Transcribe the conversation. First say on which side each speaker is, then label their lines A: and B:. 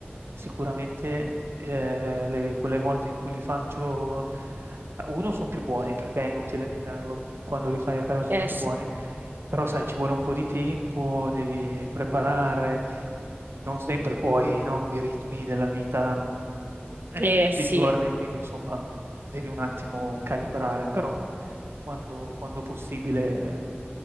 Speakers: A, on the right; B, on the right.
A: sicuramente eh, le- quelle volte in cui li faccio, uno, sono più buoni, perché è inutile negarlo, quando li fai a casa sono
B: Eh
A: più
B: sì,
A: buoni, però sai, ci vuole un po' di tempo, devi preparare, non sempre puoi, no, coi ritmi della vita eh,
B: eh,
A: di tutti
B: sì.
A: i giorni, e quindi insomma devi un attimo calibrare, però quando, quando possibile, eh,